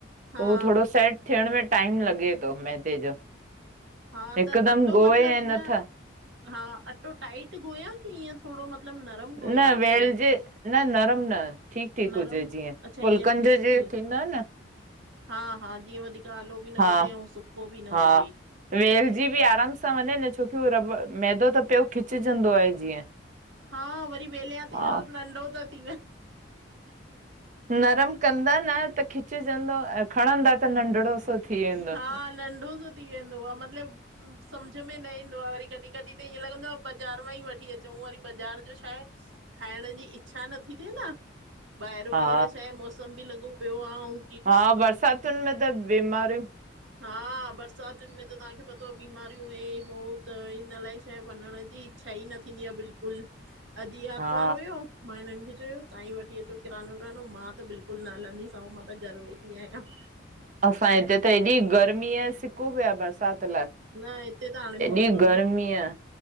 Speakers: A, on the right (about 75°); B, on the right (about 40°).
A: हा
B: त ऊवो थोरो सेट थियण में टाइम लॻे थो मैदे जो।
A: हा
B: हिकदमि
A: त अटो
B: ॻोए
A: मतलब
B: ऐं नथ
A: न। हा अटो टाइट गोयां कीअं थोरो मतलब नरम गोयां
B: न वेलजे
A: अटो।
B: न नरम न। ठीक ठीक हुजे
A: नरम
B: जीअं
A: अच्छा
B: फुल्कन
A: ईअं ठीक
B: जे जीअं थींदो अ न।
A: हा हा जीअं वधीक आलो बि न
B: हा
A: हुजे ऐं सुको बि न
B: हा
A: हुजे।
B: वेलजी बि आराम सां वञे न छोकी उहो रबड़ मैदो त प्यो खिचेचंदो आहे जीअं।
A: हा बरी बेले आती
B: हा
A: नंढो त थी व।
B: नरम कंदा न त खिचेंचंदो अ। खणंदा त नंढिड़ो सो थी वेंदो।
A: हा नंढो त। थी वेंदो आ मतलब। सम्झ में न ईंदो आ वरी कॾहिं कॾहिं त ईअं लॻंदो आहे बाज़ार मां वई वठी अचूं वरी बाज़ार जो छाहे। खाइण जी इच्छा नथी थिए न ॿाहिरयों
B: हा
A: हींअर छा आहे मौसम बि लॻो प्यो आ ऊ।
B: हा बरसातुन में त बीमारियूं।
A: हा बरसातुन में त तांखे पतो बीमारियूं हिं हो त इन लाइ शइ वञण जी। छ ई न थींदी आहे बिल्कुल अॾी आतवार
B: हा
A: हुयो। मां हिनन् खे चयो तांई वठी अचो किरानो विरानो मां त बिल्कुल न हलंदीसां आऊ मां त घर वेठी आहियां। अ।
B: असांए हिते त हेएॾी गर्मीयां सिकूं पयो आ बरसात लाइ।
A: न हिते त हाणे मौसम
B: एॾी गर्मी आ,